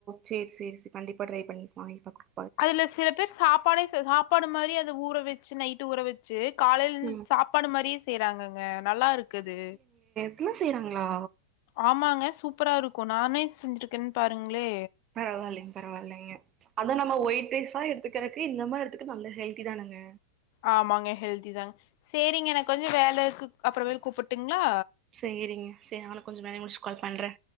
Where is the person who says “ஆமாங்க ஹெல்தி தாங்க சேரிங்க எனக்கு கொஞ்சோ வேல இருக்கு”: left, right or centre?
Left